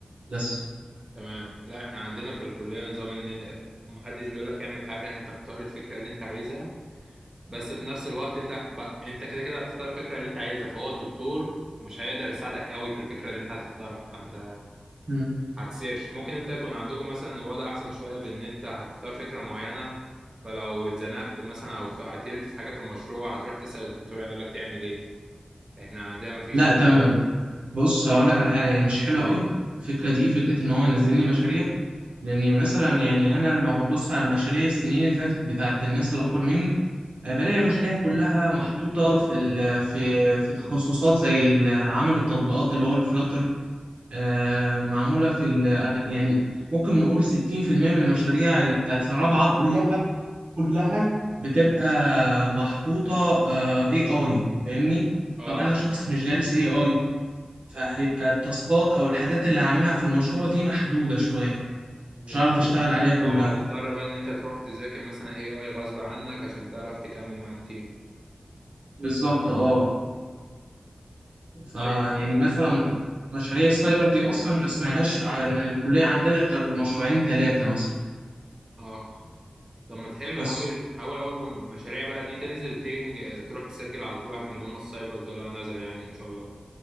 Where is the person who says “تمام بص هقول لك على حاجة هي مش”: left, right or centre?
Right